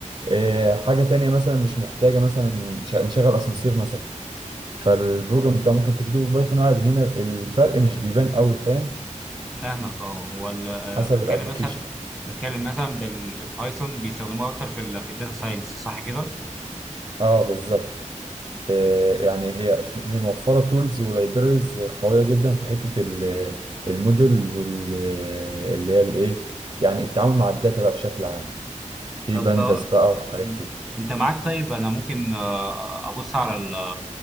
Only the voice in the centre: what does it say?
فاهمك اه هو ال- آه،
بتكلم
مثلا بتكلم مثلا بالبايثون بيستخدموه اكتر في ال في الداتا ساينس صح كده
طب
آه،
مم.
انت معاك طيب انا ممكن آه، ابص على ال-